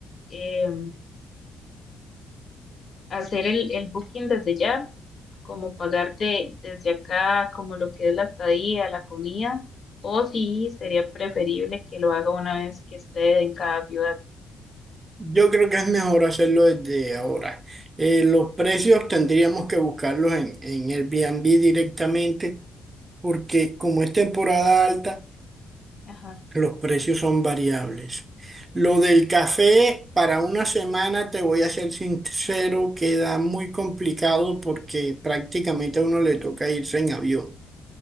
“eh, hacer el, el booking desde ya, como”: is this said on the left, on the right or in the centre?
Left